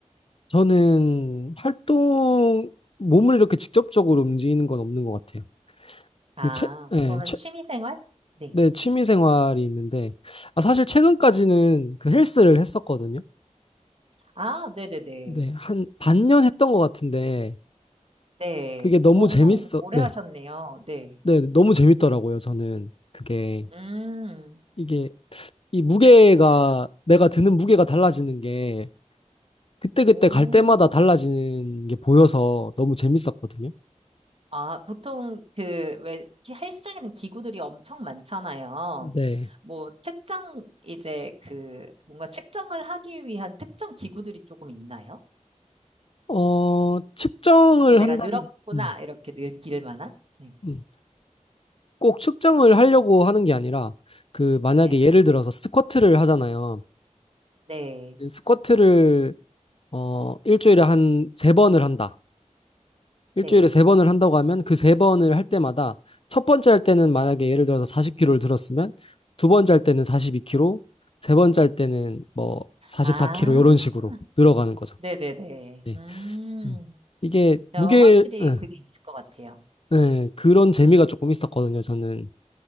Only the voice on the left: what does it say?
저는 활동, 몸을 이렇게 직접적으로 움직이는 건 없는 것 같아요.
그, 채, 네,
채,
네, 취미 생활이 있는데, 아, 사실 최근까지는 그 헬스를 했었거든요.
네, 한 반년 했던 것 같은데,
그게 너무
재밌어,
네,
네, 너무 재밌더라고요, 저는. 그게,
이게 이 무게가 내가 드는 무게가 달라지는 게 그때그때
갈 때마다 달라지는 게 보여서 너무 재밌었거든요.
네.
어, 측정을
한다기,
음,
음. 꼭 측정을 하려고 하는 게 아니라 그 만약에
예를 들어서 스쿼트를 하잖아요.
스쿼트를 어, 일주일에 한 세 번을 한다. 일주일에
세 번을 한다고 하면 그 세 번을 할 때마다 첫 번째 할 때는 만약에 예를 들어서 40kg를 들었으면 두 번째 할 때는 42kg, 세 번째 할 때는 뭐 44kg
이런 식으로 늘어가는 거죠.
네.
음. 이게
무게
응,
네, 그런 재미가 조금 있었거든요. 저는